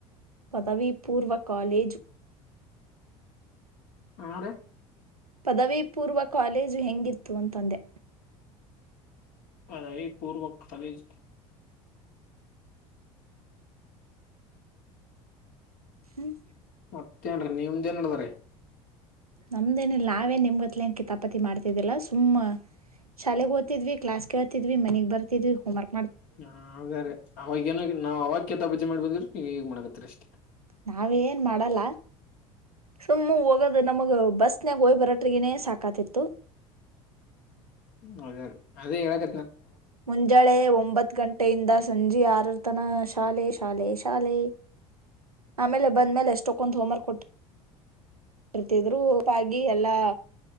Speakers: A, on the right (about 80°); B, on the left (about 50°).
A: ಪದವಿೀ ಪೂರ್ವ ಕಾಲೇಜು
B: ಹದ
A: ಪದವಿ ಪೂರ್ವ ಕಾಲೇಜು ಹೆಂಗಿತ್ತು ಅಂತಂದೆ
B: ಅದಾವ ಪೂರ್ವ ಕಾಲಜ
A: ಹ್ಮ್
B: ಮತ್ತೇಏನ್ರೀ ನೀಮ್ದ ಏನ್ಡ್ದ್ರೀ
A: ನಮ್ದೇನಿಲ್ಲ ನಾವೇ ನಿಮ್ಗತ್ಲನ್ ಕಿ ತಪಾತಿ ಮಾಡ್ತಿದ್ದಿಲ್ಲ ಸುಮ್ಮ ಶಾಲೆಗೆ ಓದ್ಿದ್ವಿ ಕ್ಲಾಸ್ ಕ ಹತಿದ್ವಿ ಮನೆಗ್ ಬರ್ತಿದ್ವಿ ಹೋಮರ್ಕ್
B: ಹ ಹೌದ್ರಾರೆ ಅವಾಗೇಏನ ನಾವ್ ಅವಾಗ ಕೆತಾಪಜೆ ಮಾಡಿ ಬಂದ್ರೆ ನೀವ್ ಹೇಗ್ ಮಾಡಕತ್ತರಿ ಅಷ್ಟೇ
A: ನಾವ ಏನ್ ಮಾಡಲ್ಲ ಸುಮ್ಮ್ ಹೋಗದು ನಮಗ ಬಸ್ನ್ಯಾಗ ಹೋಯ್ ಬರಟ್ರಗನೇ ಸಾಕಾತಿತ್ತು
B: ಹ್ಮ ಅದೇ ರೀ ಅದೇ ಹೇಳಕ
A: ಮುಂಜಾಳೆ ಒಂಬತ್ ಗಂಟೆಯಿಂದ ಸಂಜೆ ಆರರ ತನ ಶಾಲೆ ಶಾಲೆ ಶಾಲೆ ಆಮೇಲೆ ಬಂದ್ಮೇಲೆ ಎಷ್ಟಕ್ಕೊಂದು್ ಹೋಮ್ರ್ಕ್ ಕೊಟ್ಟ ಬರ್ತಿದ್ರುಪಾಗಿ ಎಲ್ಲಾ